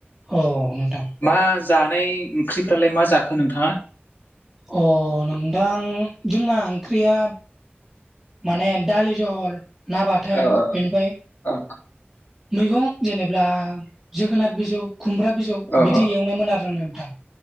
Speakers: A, in the centre; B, on the left (about 50°).
A: औ नोंथां
B: मा जानाय ओंख्रिफ्रालाय मा जाखो नोंथाङा?
A: अ नोंथां जोंना ओंख्रिया माने दालि जहल ना बाथोन
B: ओ
A: बेनिफाय
B: ओ
A: मैगं जेनेबा जोगोनाद बिजौ, खुमब्रा बिजौ
B: ओ
A: बिदि
B: ओ
A: एवनायमोन आरो नोंथां।